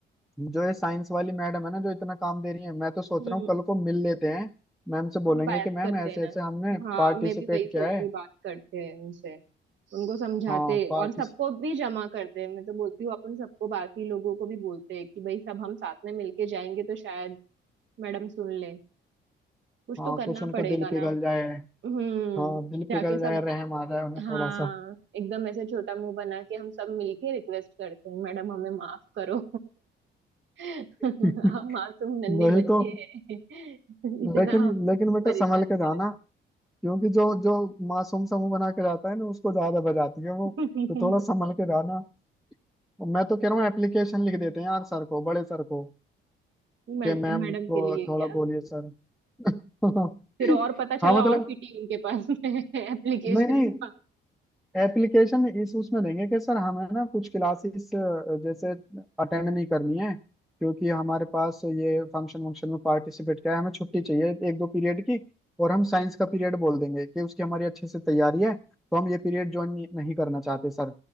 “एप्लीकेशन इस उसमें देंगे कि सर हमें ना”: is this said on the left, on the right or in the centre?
Centre